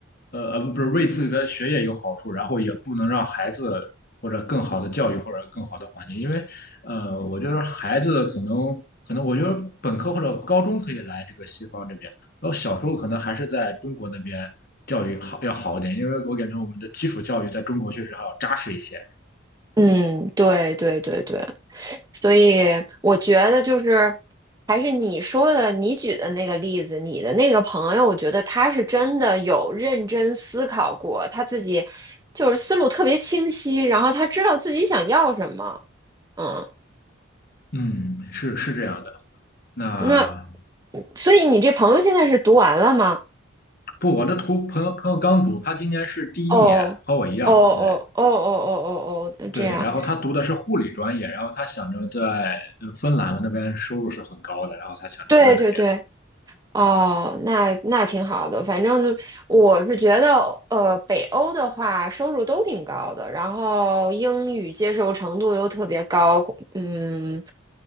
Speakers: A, on the left (about 50°); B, on the right (about 20°).
A: 呃呃，不是为自己的学业有好处，然后也不能让孩子或者更好的教育或者更好的环境，因为，呃，我觉得孩子可能可能，我觉得本科或者高中可以来这个西方这边，然后小时候可能还是在中国那边教育好要好一点，因为我感觉我们的基础教育在中国确实还要扎实一些。
B: 嗯，对对对对，所以我觉得就是还是你说的，你举的那个例子，你的那个朋友，我觉得他是真的有认真思考过，他自己就是思路特别清晰，然后他知道自己想要什么。嗯。
A: 嗯，是是这样的。那
B: 那，嗯所以你这朋友现在是读完了吗？
A: 不，我的图朋友朋友刚读，他今年是第一年，
B: 哦，
A: 和我一样，
B: 哦哦哦哦哦哦哦，
A: 对。对，
B: 这样，
A: 然后他读的是护理专业，然后他想着在呃芬兰那边收入是很高的，然后他想留在那边。
B: 对对对，哦，那那挺好的。反正我是觉得，呃，北欧的话收入都挺高的，然后英语接受程度又特别高，嗯，